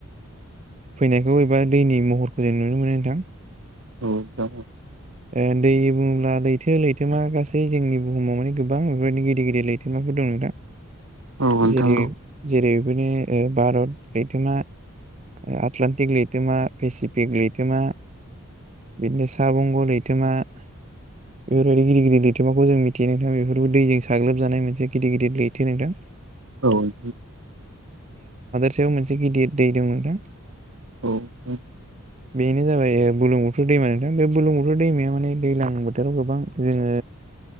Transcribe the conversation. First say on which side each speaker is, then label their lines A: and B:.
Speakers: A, on the right; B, on the right.
A: फैनायखौ एबा दैनि महरखौ जों नुनो मोनो नोंथां
B: औ नोंथां
A: ओ दै बुङोब्ला लैथो लैथोमा गासै जोंनि बुहुमाव माने गोबां बेफोरनो गेदिर गिदिर लैथोमाफोर दङ नोंथां
B: नोंथां
A: जेरै
B: औ
A: जेरै बिनि ओ भारत लैथोमा ओ आटलान्टिक लैथोमा पेसिफिक लैथोमा बिदिनो साहा बंग' लैथोमा बेफोरबायदि गिदिर गिदिर लैथोमाखौ जों मिथि थियो नोंथां बेफोरबो दैजों साग्लोबजानाय मोनसे गिदिर गिदिर लैथो नोंथां
B: औ औ
A: सयाव मोनसे गिदिर दै दं नोंथां
B: औ औ
A: बेनो जाबाय बुरलुंबुथुर दैमा नोंथां बे बुलुं बुथुर दैमाया माने दैजलां बोथोराव गोबां जोङो